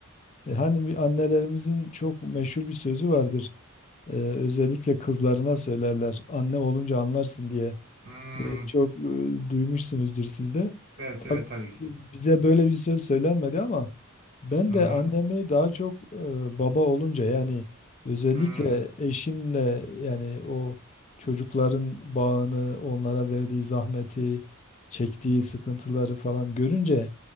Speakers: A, on the left; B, on the right.
A: e, e, hani bir annelerimizin çok meşhur bir sözü vardır. E, özellikle kızlarına söylerler. Anne olunca anlarsın diye.
B: Hmm,
A: E, çok e, duymuşsunuzdur siz de.
B: Evet evet tabii ki.
A: bize böyle bir söz söylenmedi ama ben
B: Hmm,
A: de annemi daha çok e, baba olunca yani özellikle
B: hmm,
A: eşimle yani o çocukların bağını, onlara verdiği zahmeti, çektiği sıkıntıları falan görünce